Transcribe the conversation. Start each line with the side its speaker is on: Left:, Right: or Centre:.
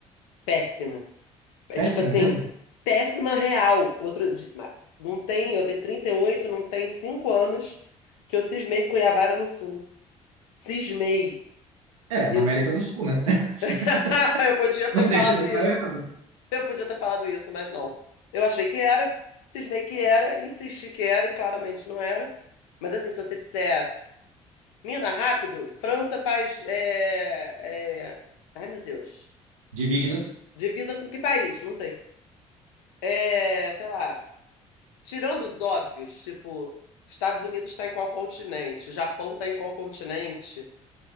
Left: Péssima. É
Right: péssima
Left: tipo assim,
Right: mesmo?
Left: péssima real. Outro di- ma- não tem, eu tenho 38, não tem 5 anos que eu cismei Cuiabá no Sul. Cismei.
Right: É,
Left: E-
Right: na América do Sul, né? <laughs>
Left: <laughs> Eu podia ter
Right: Não deixa
Left: falado
Right: de
Left: isso.
Right: estar errado.
Left: Eu podia ter falado isso, mas não. Eu achei que era, cismei que era, insisti que era e claramente não era. Mas assim, se você disser, Mina, rápido, França faz é, é, Ai, meu Deus.
Right: Divisa.
Left: Divisa com que país? Não sei. É, sei lá. Tirando os óbvios, tipo, Estados Unidos está em qual continente? Japão está em qual continente?